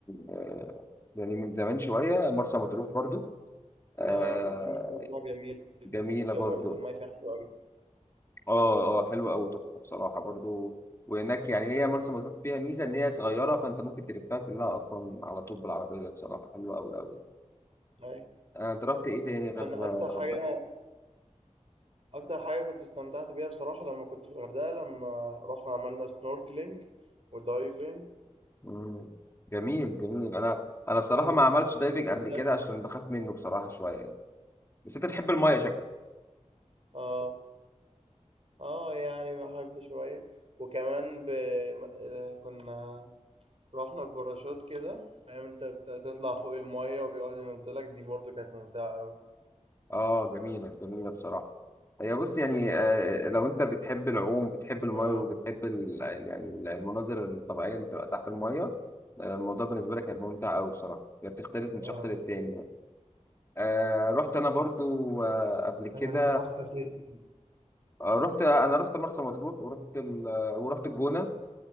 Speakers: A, on the left; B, on the right.
A: آه، يعني من زمان شوية مرسى مطروح برضو آه،
B: اه دي بتبقى جميلة
A: جميلة برضو
B: برضه الماية فيها حلوة أوي
A: اه اه حلوه قوي تحفه بصراحه برضو وهناك يعني هي مرسى مطروح فيها ميزه ان هي صغيره فانت ممكن تلفها كلها اصلا على طول بالعربيه بصراحه حلوه قوي قوي
B: أيوة.
A: انا انت رحت ايه تاني غير
B: أنا
A: الغردقه
B: أكتر حاجة أكتر حاجة كنت استمتعت بيها بصراحة لما كنت في الغردقة لما رحنا عملنا سنوركلينج ودايفنج <laughs>
A: مم. جميل جميل انا انا بصراحه
B: نزل
A: ما عملتش دايفنج قبل
B: بجد
A: كده عشان بخاف منه بصراحه شويه يعني. بس انت بتحب المايه شكلك
B: آه آه يعني بحب شوية وكمان ب... م- كنا رحنا بباراشوت كده فاهم أنت بتطلع فوق الماية وبيقعد ينزلك دي برضه كانت ممتعة أوي
A: اه جميلة جميلة بصراحة هي بص يعني آه، لو انت بتحب العوم بتحب المية
B: آه
A: وبتحب ال- يعني المناظر الطبيعية اللي بتبقى تحت المية آه، الموضوع بالنسبة لك هيبقى ممتع أوي بصراحة هي بتختلف من
B: آه
A: شخص للتاني يعني. آه رحت أنا برضو آه قبل كده
B: فأنت رحت فين؟
A: آه رحت أنا رحت مرسى مطروح ورحت ال... آه، ورحت الجونة